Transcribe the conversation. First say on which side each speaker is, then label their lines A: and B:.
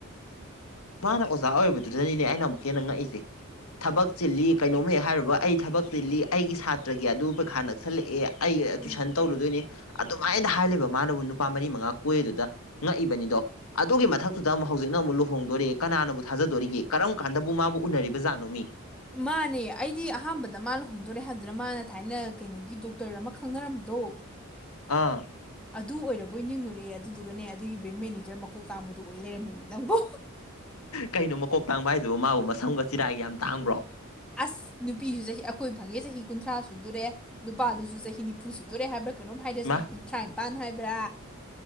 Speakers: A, on the left; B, in the centre.
A: ꯃꯥꯅ ꯑꯣꯖꯥ ꯑꯣꯏꯕꯗꯨꯅꯤꯅꯦ ꯑꯩꯅ ꯑꯃꯨꯛ ꯍꯦꯟꯅ ꯉꯛꯏꯁꯦ ꯊꯕꯛ ꯆꯤꯜꯂꯤ ꯀꯩꯅꯣꯝꯃ ꯍꯦꯛ ꯍꯥꯏꯔꯨꯕ ꯑꯩ ꯊꯕꯛ ꯆꯤꯜꯂꯤ ꯑꯩꯒꯤ ꯁꯥꯇ꯭ꯔꯒꯤ ꯑꯗꯨ ꯄꯩꯈꯥ ꯅꯛꯁꯜꯂꯛꯑꯦ ꯑꯩ ꯇꯨꯏꯁꯟ
B: ꯎꯝ
A: ꯇꯧꯔꯨꯗꯣꯏꯅꯤ ꯑꯗꯨꯃꯥꯏꯅ ꯍꯥꯏꯔꯤꯕ ꯃꯥꯅꯕꯨ ꯅꯨꯄꯥ ꯃꯔꯤ ꯃꯉꯥ ꯀꯣꯏ ꯑꯗꯨꯗ ꯉꯛꯏꯕꯅꯤꯗꯣ ꯑꯗꯨꯒꯤ ꯃꯊꯛꯇꯨꯗ ꯑꯃꯨꯛ ꯍꯧꯖꯤꯛꯅ ꯑꯃꯨꯛ ꯂꯨ ꯂꯨꯍꯣꯡꯗꯧꯔꯦꯌꯦ ꯀꯅꯥꯅꯕꯨ ꯊꯥꯖꯗꯣꯔꯤꯒꯦ ꯀꯔꯝ ꯀꯥꯟꯗꯕꯨ ꯃꯥꯕꯨ ꯎꯅꯔꯤꯕꯖꯥꯠꯅꯣ ꯃꯤ
B: ꯃꯥꯅꯦ ꯑꯩꯗꯤ ꯑꯍꯥꯟꯕꯗ ꯃꯥ ꯂꯨꯍꯣꯡꯗꯣꯔꯦ ꯍꯥꯏꯕꯗꯨꯅ ꯃꯥꯅ ꯊꯥꯏꯅ ꯀꯩꯅꯣꯒꯤ ꯗꯣꯛꯇꯔ ꯑꯃ ꯈꯪꯅꯔꯝꯕꯗꯣ
A: ꯑꯥ
B: ꯑꯗꯨ ꯑꯣꯏꯔꯕꯣꯏ ꯅꯤꯡꯉꯨꯔꯦ ꯑꯗꯨꯗꯨꯒꯅꯦ ꯑꯗꯨꯒꯤ ꯕꯦꯡ ꯃꯦꯅꯦꯖꯔ ꯃꯀꯣꯛ ꯇꯥꯡꯕꯗꯨ ꯑꯣꯏ ꯂꯩꯔꯝꯃꯤꯅꯦ ꯅꯪꯕꯨ
A: ꯀꯩꯅꯣ ꯃꯀꯣꯛ ꯇꯥꯡꯕ ꯍꯥꯏꯁꯤꯕꯨ ꯃꯥꯕꯨ ꯃꯁꯝꯒ ꯆꯤꯔꯥꯏꯒ ꯌꯥꯝ ꯇꯥꯡꯕ꯭ꯔꯣ
B: ꯑꯁ ꯅꯨꯄꯤꯁꯨ ꯆꯍꯤ ꯑꯩꯈꯣꯏ ꯐꯪꯉꯦ ꯆꯍꯤ ꯀꯨꯟꯊ꯭ꯔꯥ ꯁꯨꯗꯨꯔꯦ ꯅꯨꯄꯥꯗꯨꯁꯨ ꯆꯍꯤ ꯅꯤꯐꯨ ꯁꯨꯗꯨꯔꯦ ꯍꯥꯏꯕ ꯀꯩꯅꯣꯝ ꯍꯥꯏꯗ
A: ꯏꯃꯥ
B: ꯆꯍꯤ ꯀꯨꯟꯊ꯭ꯔꯥ ꯅꯤꯄꯥꯟ ꯍꯥꯏꯕ꯭ꯔꯥ